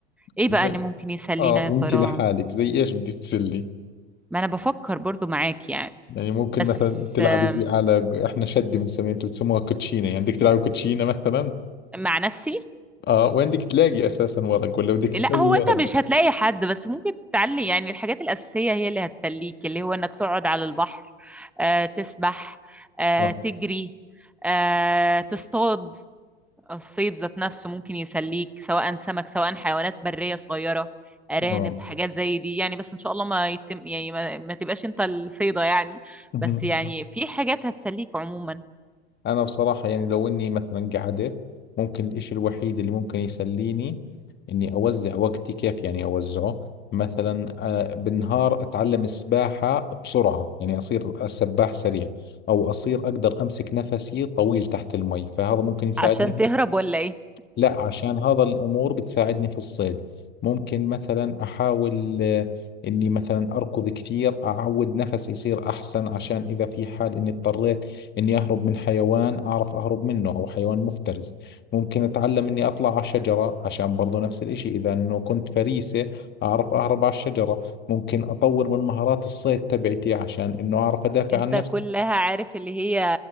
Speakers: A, in the centre; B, on the left.
A: ايه
B: زي
A: بقى اللي ممكن يسلينا
B: آه وأنت
A: يا ترى
B: لحالك زي إيش بدي تسلي
A: ما انا بفكر برضو معاك يعني
B: يعني ممكن
A: بس
B: مثلا تلعبي
A: آم،
B: بي على إحنا شدة بنسميها أنتوا بتسموها كوتشينة يعني بدك تلعبي كوتشينة مثلا
A: مع نفسي
B: آه وين بدك تلاقي أساسا ورق ولا بدك تسوي
A: لا هو
B: ورق
A: انت مش هتلاقي حد بس ممكن تعلي يعني الحاجات الاساسيه هي اللي هتسليك اللي هو انك تقعد على البحر آه، تسبح آه،
B: صح
A: تجري آه، تصطاد الصيد ذات نفسه ممكن يسليك سواء سمك سواء حيوانات بريه صغيره ارانب
B: آه
A: حاجات زي دي يعني بس ان شاء الله ما يتم يعني ما, ما تبقاش انت الصيده يعني
B: مهم.
A: بس يعني
B: صح
A: في حاجات هتسليك عموما
B: انا بصراحة يعني لو اني مثلا قعدت ممكن الاشي الوحيد اللي ممكن يسليني اني اوزع وقتي كيف يعني اوزعه مثلا آه، بالنهار اتعلم السباحة بسرعة يعني اصير سباح سريع او اصير اقدر امسك نفسي طويل تحت المي فهذا ممكن يساعدني
A: عشان تهرب ولا ايه
B: لا عشان هذا الأمور بتساعدني في الصيد ممكن مثلا أحاول آه، إني مثلا أركض كثير أعود نفسي يصير أحسن عشان إذا في حال إني اضطريت إني أهرب من حيوان أعرف أهرب منه أو حيوان مفترس ممكن أتعلم إني أطلع على شجرة عشان برضو نفس الإشي إذا إنه كنت فريسة أعرف أهرب على الشجرة ممكن أطور من مهارات الصيد تبعتي عشان إنه أعرف أدافع
A: انت
B: عن نفسي
A: كلها عارف اللي هي